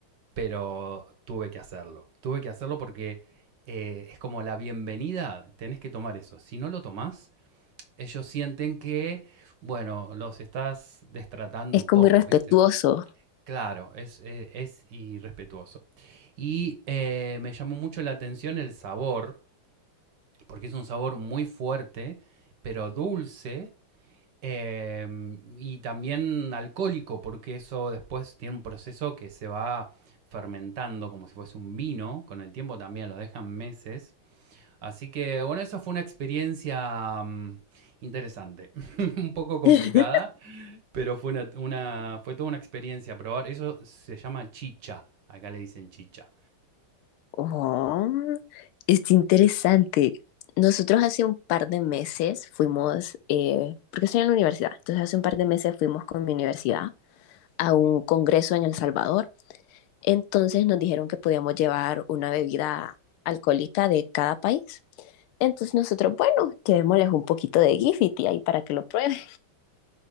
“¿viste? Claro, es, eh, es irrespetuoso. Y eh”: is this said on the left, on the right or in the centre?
Right